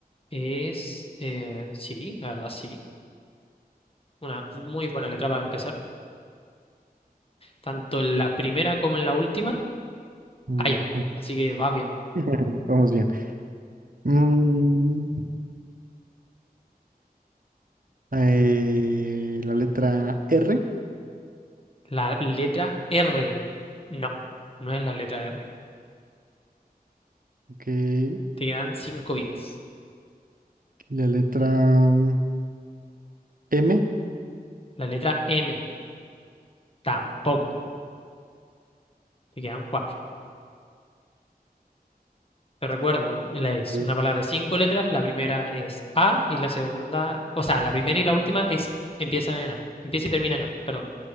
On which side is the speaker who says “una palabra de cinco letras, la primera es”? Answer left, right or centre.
Left